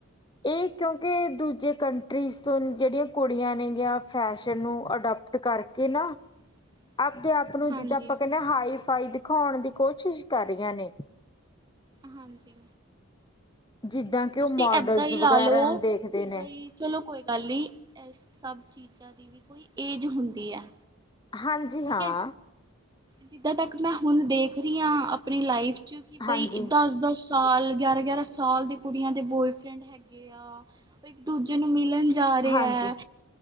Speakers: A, on the left; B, on the right.
A: ਇਹ ਕਿਉਂਕਿ ਦੂਜੇ ਕੰਟਰੀਜ਼ ਤੋਂ ਜਿਹੜੀਆਂ ਕੁੜੀਆਂ ਨੇ ਗੀਆਂ ਫੈਸ਼ਨ ਨੂੰ ਅਡੋਪਟ ਕਰਕੇ ਨਾ
B: <inaudible>
A: ਆਪਦੇ-ਆਪ ਨੂੰ
B: ਹਾਂਜੀ,
A: ਜਿੱਦਾਂ ਆਪਾਂ ਕਹਿੰਦੇਾ ਹਾਈ-ਫਾਈ ਦਿਖਾਉਣ ਦੀ ਕੋਸ਼ਿਸ਼ ਕਰ ਰਹੀਆਂ ਨੇ।
B: ਹਾਂਜੀ।
A: ਜਿੱਦਾਂ ਕਿ
B: ਤੁਸੀਂ
A: ਉ ਮੋਡਲਸ
B: ਏਦਾਂ ਹੀ ਲਾ
A: ਵਗੈਰਾ
B: ਲਓ
A: ਨੂੰ ਦੇਖਦੇ
B: ਕਿ ਬਈ
A: ਨੇ।
B: ਚਲੋ ਕੋਈ ਗੱਲ ਨੀ, ਇਸ ਸਭ ਚੀਜ਼ਾਂ ਦੀ ਵੀ ਕੋਈ ਏਜ ਹੁੰਦੀ ਹੈ।
A: ਹਾਂਜੀ-
B: ਠੀਕ
A: ਹਾਂ।
B: ਹੈ ਜਿੱਦਾਂ ਤੱਕ ਮੈਂ ਹੁਣ ਦੇਖ ਰਹੀ ਹਾਂ ਆਪਣੀ ਲਾਈਫ 'ਚ ਕਿ ਬਈ
A: ਹਾਂਜੀ
B: ਦਸ-ਦਸ। ਸਾਲ ਗਿਆਰਾਂ-ਗਿਆਰਾਂ ਸਾਲ ਦੀ ਕੁੜੀਆਂ ਦੇ ਬੋਏਫਰੈਂਡ ਹੈਗੇ ਆ। ਇੱਕ-ਦੂਜੇ ਨੂੰ ਮਿਲਣ ਜਾ ਰਿਹੇਆ।
A: ਹਾਂਜੀ